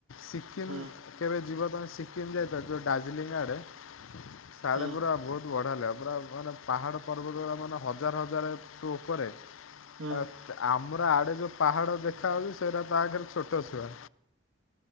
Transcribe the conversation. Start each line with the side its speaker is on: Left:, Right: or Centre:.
Left: ସିକିମ୍
Right: ହୁଁ
Left: କେବେ ଯିବା ପାଇଁ ସିକିମ୍ ଯାଇଥା ଯୋଉ ଦଡାର୍ଜିଲିଂ ଆଡେ। ଶାଢ଼େ
Right: ହୁଁ
Left: ପୁରା ବହୁତ ବଢ଼ା ହେ ପୁରା ମାନେ ପାହାଡ଼ ପର୍ବତ ଗା ମାନେ ହଜାର ହଜାରୁ ଉପରେ।
Right: ହୁଁ
Left: ଆ ଆମର ଆଡେ ଯୋଉ ପାହାଡ ଦେଖାହଉଛି ସେଇଟା ତାଖରେ ଛୋଟ ଛୁଆ